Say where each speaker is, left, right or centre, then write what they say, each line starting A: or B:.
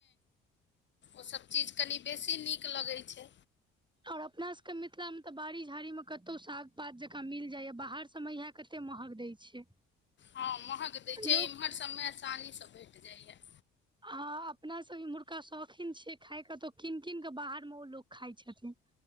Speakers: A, on the left; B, on the right.
A: ओसब चीज कनि बेसी नीक लगै छै।
B: और अपना सबके मिथिलामे तऽ बाड़ी झाड़ीमे कतौ साग पात जकाँ मिल जाइया बाहर सबमे इहै। कते महग दै छै।
A: हँ महग दै
B: लोक
A: छै इम्हर सबमे असानीसँ भेट जाइए।
B: हँ अपनासभ इम्हुरका शौखीन छियै खायकऽ तऽ किन किन कऽ बाहरमे ओ लोक खाइ छथिन।